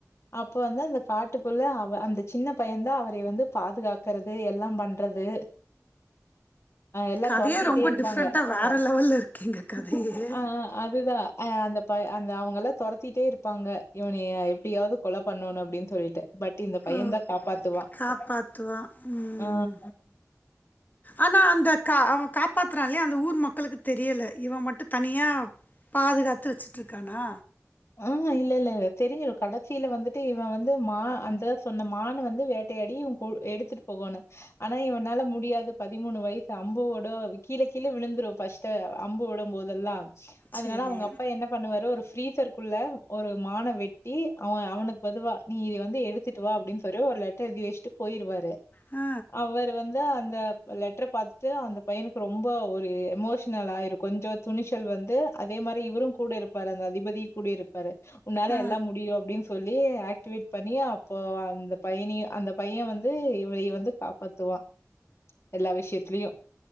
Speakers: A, on the left; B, on the left.
A: அப்ப வந்து அந்த காட்டுக்குள்ள அவ அந்த சின்ன பையன் தா அவரெய வந்து பாதுகா க்கறது எல்லாம் பண்றது எல்லா
B: கதையே
A: ஆ தொரத் த்திட்டே
B: ரொம்ப
A: இருப்பாங்க
B: டிஃப்ரெண்ட்டா வேற லெவல்ல இருக்கேங்க கதையே.
A: ஆ அதுதா ஆ அந்த பை அந்த அவங்க எல்லா தொரத்திட்டே இருப்பாங்க இவனையெ எப்பிடியாவது கொல பண்ணோணு அப்பிடின்னு சொல்லிட்டு பட் இந்த பையந்தா
B: ஓ!
A: காப்பாத்துவா
B: காப்பாத்துவான். ம்.
A: ஆ
B: ஆனா அந்த கா அவ காப்பாத்துறால்லயா அந்த ஊர் மக்களுக்கு தெரியல இவ மட்டு தனியா பாதுகாத்து வெச்சுட்ருக்கானா
A: ஆ இல்ல இல்ல இல்ல தெருஞ்சுரு கடசீல வந்துட்டு இவ வந்து மா அந்த சொன்ன மான்ன வந்து வேட்டையாடி போ எடுத்துட்டு போகோனு ஆனா இவனால முடியாது பதிமூணு வய்சு அம்புவோட கீழ கீழ விழுந்துரு ஃபர்ஸ் ட் அம்பு உடும் போதெல்லா அதனால
B: சரி
A: அவ்ங்க அப்பா என்ன பண்ணுவாரு ஒரு ஃரீசர்க்குள்ள ஒரு மான வெ ட்டி அவ அவனுக்கு பதுவா நீ இ வந்து எடுத்துட்டு வா அப்பிடின்னு சொரு ஒரு லெட்டர் எதி வெச்ட்டு போய்ருவாரு
B: ஆ
A: அவர் வந்து அந்த லெட்டர பாத்துட்டு அந்த பையனுக்கு ரொம்ப ஒரு எமோஷ்னலாயிருக் கொஞ்சொ துணிச்சல் வந்து அதே மாரி இவரூ கூட இருப்பாரு அந்த அதிபதி கூடி இருப்பாரு உன்னால
B: ஆ
A: எல்லா முடியு அப்டின் சொ சொல்லி ஆக்டிவேட் பண்ணி அப்போ அந்த பைய்னியு அந்த பையன் வந்து இவ இவ வந்து காப்பாத் துவா எல்லா விஷயத்லியு